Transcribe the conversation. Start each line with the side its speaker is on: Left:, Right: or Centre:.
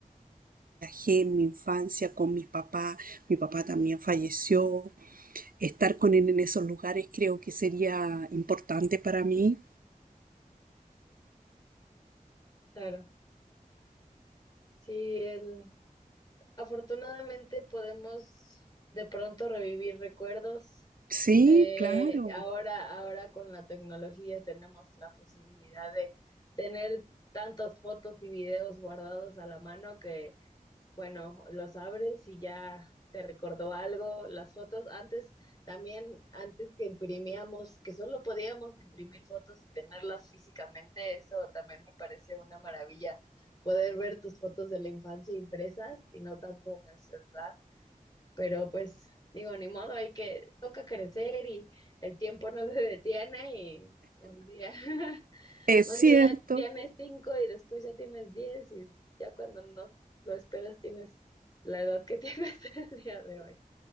Right: viajé en mi infancia con mi papá, mi papá también falleció. Estar con él en esos lugares creo que sería importante para mí.
Left: Claro, sí, el, afortunadamente podemos de pronto revivir recuerdos.
Right: Sí,
Left: Eh,
Right: claro,
Left: ahora, ahora con la tecnología tenemos la posibilidad de tener tantas fotos y videos guardados a la mano que Bueno, los abres y ya te recordó algo. Las fotos antes, también antes que imprimíamos, que solo podíamos imprimir fotos y tenerlas físicamente, eso también me parece una maravilla, poder ver tus fotos de la infancia impresas y no tanto en el celular. Pero pues digo, ni modo, hay que, toca crecer y el tiempo no se detiene y un día. <laughs>
Right: es
Left: Un
Right: cierto,
Left: día tienes cinco y después ya tienes diez y ya cuando no lo esperas tienes la edad que <laughs> tienes el día de hoy.